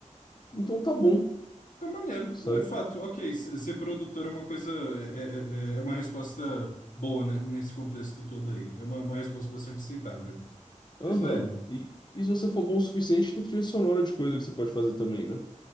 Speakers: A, on the left; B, on the left.
A: então tá bom,
B: Tá maneiro.
A: sabe?
B: É fato. Ok, se- ser produtor é uma coisa. É, é, é é uma resposta boa, né, nesse contexto todo aí. É uma, uma resposta bastante aceitável.
A: Aham.
B: Mas, velho,
A: E, e se você for bom o suficiente, tem trilha sonora de coisa que você pode fazer também, né?